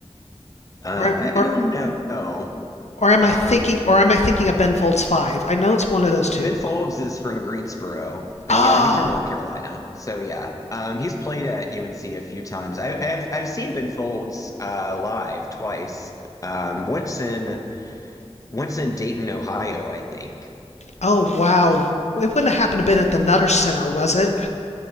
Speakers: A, on the left; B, on the left.
A: Uh,
B: Or
A: I don't
B: or
A: know.
B: or am
A: Um,
B: I thinking or am I thinking of Ben Folds Five? I know it's one of those two.
A: Ben Folds is from Greensboro, but
B: Oh,
A: yeah, he's from North Carolina. So yeah, um, he's played at UNC a few times. I, I've I've seen Ben Folds uh, live twice. Um, once in once in Dayton, Ohio, I think.
B: oh wow! It wouldn't have happened to been at the Nutter Center, was it?